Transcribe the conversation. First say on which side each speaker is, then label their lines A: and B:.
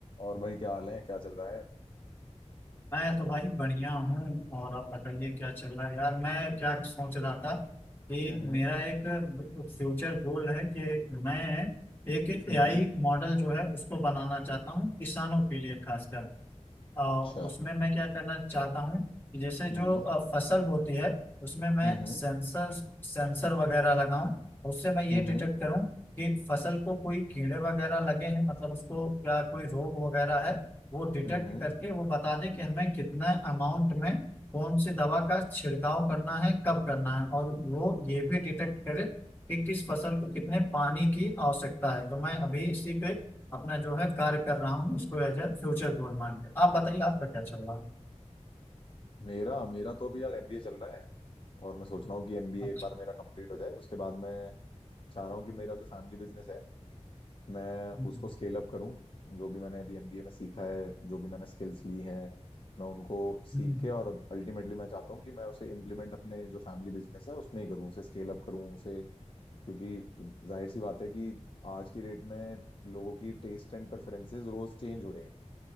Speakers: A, on the left; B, on the left.
A: और भाई क्या हाल है क्या चल रहा है
B: मैं तो भाई बढ़िया हूँ और आप बताइए क्या चल रहा है यार मैं क्या सोच रहा था कि
A: हम्म
B: मेरा एक फ्यूचर गोल है कि मैं एक
A: हम्म
B: एआई मॉडल जो है उसको बनाना चाहता हूँ किसानों के लिए खासकर अ,
A: अच्छा
B: उसमें मैं क्या करना चाहता हूँ कि जैसे जो
A: हम्म
B: अ, फसल होती है उसमें मैं
A: हम्म
B: सेंसर सेंसर वगैरह लगाऊं उससे मैं ये
A: हम्म
B: डिटेक्ट करूं कि फसल को कोई कीड़े वगैरह लगे हैं मतलब उसको क्या कोई रोग वगैरह है वो डिटेक्ट
A: हम्म
B: करके वो बता दे कि हमें कितना अमाउंट में कौन सी दवा का छिड़काव करना है कब करना है और वो ये भी डिटेक्ट करे कि किस फसल को कितने पानी की आवश्यकता है तो मैं अभी इसी पे अपना जो है कार्य कर रहा हूँ उसको एज ए फ्यूचर गोल मान के आप बताइए आपका क्या चल रहा है
A: मेरा मेरा तो अभी यार एमबीए चल रहा है और मैं सोच रहा हूँ कि एमबीए
B: अच्छा
A: एक बार मेरा कंप्लीट हो जाए उसके बाद मैं चाह रहा हूँ कि मेरा जो फैमिली बिजनेस है मैं
B: हम्म,
A: उसको स्केल अप करूँ जो भी मैंने अभी एमबीए में सीखा है जो भी मैंने स्किल्स ली हैं मैं उनको सीख
B: हम्म,
A: के और अल्टीमेटली मैं चाहता हूँ कि मैं उसे इम्प्लीमेंट अपने जो फैमिली बिजनेस है उसमें ही करूँ उसे स्केल अप करूँ उसे क्योंकि जाहिर सी बात है कि आज की डेट में लोगों की टेस्ट एंड प्रेफरेंसेस रोज चेंज हो रहे हैं